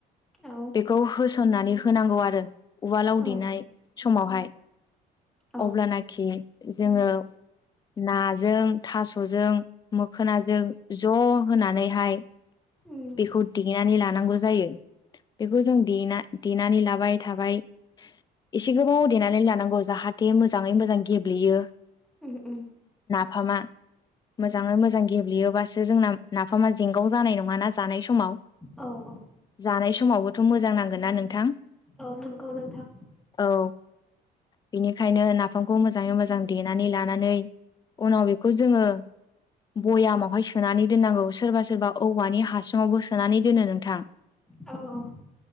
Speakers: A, in the centre; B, on the left (about 25°).
A: औ
B: बेखौ होसननानै होनांगौ आरो। उवालाव
A: औ
B: देनाय समावहाय
A: औ उम
B: अब्लानाखि जोङो नाजों थास'जों मो खोनाजों ज' होनानैहाय
A: उम
B: बेखौ देनानै लानांगौ जायो। बेखौ जों देना देनानै लाबाय थाबाय। एसे गोबाव देनानै लानांगौ जाहाथे मोजाङै मोजां गेब्लेयो
A: उ उ
B: फामा मोजाङै मोजां गेब्लेयोबासो जोंना नाफामा जेंगाव जानाय नङाना जानाय समाव
A: औ औ
B: जानाय समावबोथ' मोजां नांगोन ना नोंथां?
A: औ नंगौ नोंथां।
B: औ बेनिखायनो नाफामखौ मोजाङै मोजां देनानै लानानै उनाव बेखौ जोङो बयामावहाय सोनानै दोननांगौ सोरबा सोरबा औवानि हासुङावबो सोनानै दोनो नोंथां।
A: औ औ